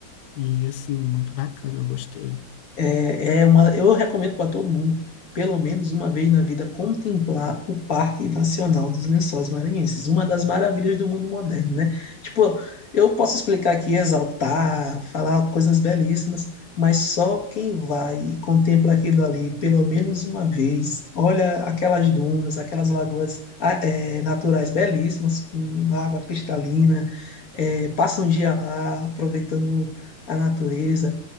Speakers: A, on the left (about 70°); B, on the left (about 50°).
A: e, assim, muito bacana, eu gostei.
B: É, é uma, eu recomendo para todo mundo, pelo menos uma vez na vida, contemplar o Parque Nacional dos Lençóis Maranhenses, uma das maravilhas do mundo moderno, né? Tipo, eu posso explicar aqui, exaltar, falar coisas belíssimas, mas só quem vai e contempla aquilo ali pelo menos uma vez, olha aquelas dunas, aquelas lagoas ah, eh, naturais belíssimas, com água cristalina, eh, passa um dia lá aproveitando a natureza.